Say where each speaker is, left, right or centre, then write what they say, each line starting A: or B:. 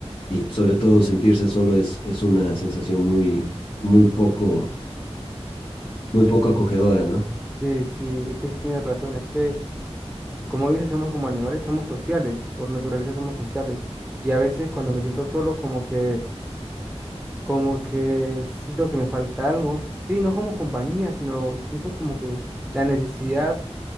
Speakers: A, on the left; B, in the centre.
A: y sobre todo sentirse solo es, es una sensación muy, muy poco, muy poco acogedora, ¿no?
B: Sí, sí, es que sí tienes razón, es que... Como dices, somos como animales, somos sociales, por naturaleza somos sociales. Y a veces cuando
A: Exacto.
B: me siento solo, como que, como que siento que me falta algo. Sí, no como compañía, sino siento como que la necesidad